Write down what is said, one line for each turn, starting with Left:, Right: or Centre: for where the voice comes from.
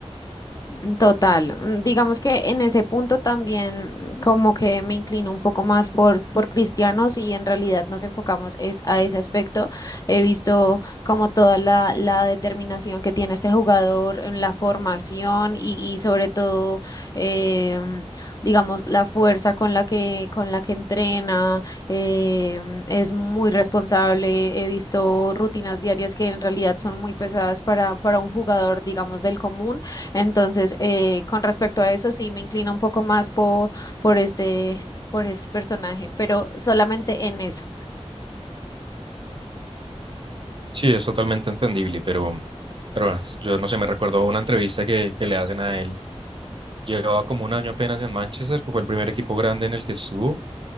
Left: mm, Total, mm, digamos que en ese punto también mm, como que me inclino un poco más por, por cristianos y en realidad nos enfocamos es a ese aspecto. He visto como toda la, la determinación que tiene este jugador en la formación y, y sobre todo, em, digamos, la fuerza con la que, con la que entrena, em, es muy responsable. He visto rutinas diarias que en realidad son muy pesadas para, para un jugador, digamos, del común entonces, eh, con respecto a eso, sí me inclino un poco más por, por este, por este personaje, pero solamente en eso.
Right: Sí, es totalmente entendible, pero, pero bueno, yo no sé, me recuerdo una entrevista que, que le hacen a él. Llevaba como un año apenas en Manchester, que fue el primer equipo grande en el que estuvo.